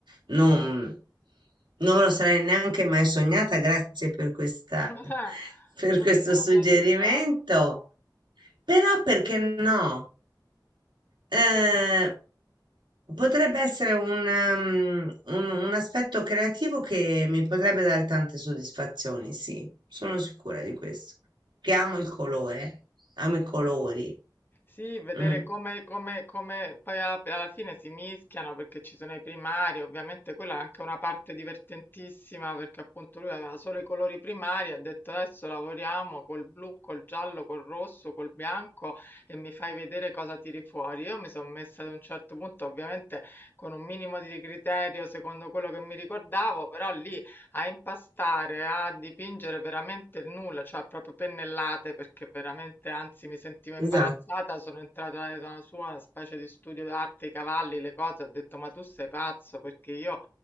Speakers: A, on the right; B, on the left.
A: non, non me lo sarei neanche mai sognata. Grazie per questa,
B: <laughs>
A: <laughs> per
B: Una
A: questo
B: cosa
A: suggerimento.
B: diversa.
A: Però perché no? Eh, potrebbe essere un, ehm, un- un aspetto creativo che mi potrebbe dare tante soddisfazioni, sì, sono sicura di questo. Che amo il colore, amo i colori.
B: Sì, vedere
A: Mm,
B: come, come, come poi a- alla fine si mischiano perché ci sono i primari, ovviamente quella è anche una parte divertentissima perché appunto lui aveva solo i colori primari, ha detto adesso lavoriamo col blu, col giallo, col rosso, col bianco e mi fai vedere cosa tiri fuori. Io mi sono messa ad un certo punto, ovviamente con un minimo di criterio secondo quello che mi ricordavo, però lì a impastare, a dipingere veramente il nulla, cioè proprio pennellate perché veramente, anzi, mi sentivo imbarazzata.
A: esatto.
B: Sono entrata nella sua una specie di studio d'arte, i cavalli, le cose. Ho detto, ma tu sei pazzo perché io,